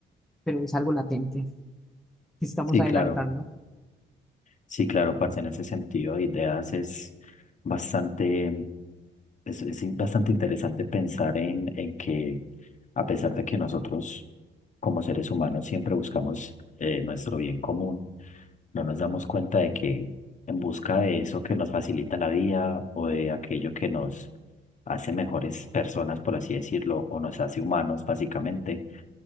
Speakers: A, in the centre; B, on the left (about 40°).
A: pero es algo latente que estamos
B: Sí,
A: adelantando
B: claro. Sí, claro, parce, en ese sentido, de ideas es bastante, es, es in- bastante interesante pensar en, en que a pesar de que nosotros como seres humanos siempre buscamos eh, nuestro bien común, no nos damos cuenta de que en busca de eso que nos facilita la vida o de aquello que nos hace mejores personas, por así decirlo, o nos hace humanos, básicamente,